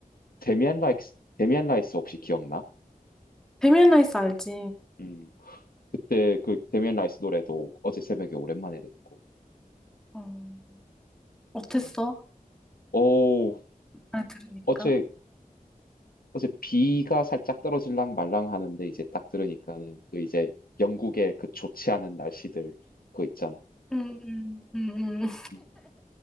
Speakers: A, on the left; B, in the centre.
A: 데미안 라이스, 데미안 라이스 혹시 기억나?
B: 데미안 라이스 알지?
A: 음. 그때 그 데미안 라이스 노래도 어제 새벽에 오랜만에 듣고.
B: 어, 어땠어?
A: 오,
B: 잘 들으니까.
A: 어제, 어제 비가 살짝 떨어질랑 말랑 하는데 이제 딱 들으니까는 그 이제 영국의 그 좋지 않은 날씨들 그거 있잖아.
B: 음, 음, 음, 응.
A: 음.